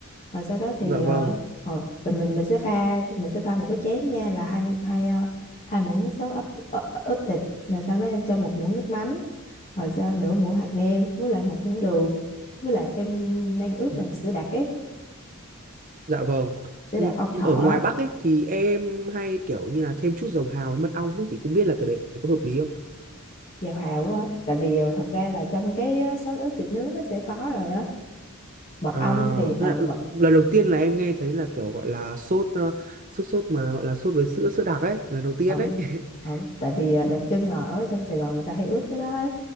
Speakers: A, on the left; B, on the right.
A: rồi sau đó thì
B: dạ
A: ờ,
B: vâng
A: ờ, mình mình mình sẽ pha mình sẽ pha một cái chén nha là hai hai ờ, hai muỗng nước sốt ướp ờ, ướp thịt rồi sau đó em cho một muỗng nước mắm rồi cho nửa muỗng hạt nêm với lại một muỗng đường với lại em đang ướp
B: dạ,
A: bằng sữa đặc ấy
B: dạ vâng
A: sữa đặc
B: Ừ,
A: ong thọ
B: ở ngoài
A: á,
B: Bắc ấy thì em hay kiểu như là thêm chút dầu hào với mật ong ấy thì không biết là cái đấy có hợp lý không
A: vào hào á tại vì ờ, thật ra là trong cái ờ, sốt ướp thịt nướng nó sẽ có rồi á mật
B: à,
A: ong thì ờ
B: thế là, ừ,
A: mật
B: lần đầu tiên là em nghe thấy là kiểu gọi là sốt ờ, sốt sốt mà gọi là sốt với sữa sữa đặc ấy lần đầu tiên
A: ừ
B: đấy <laughs>
A: ừ tại vì à, đặc trưng ở trong Sài Gòn người ta hay ướp cái đó á.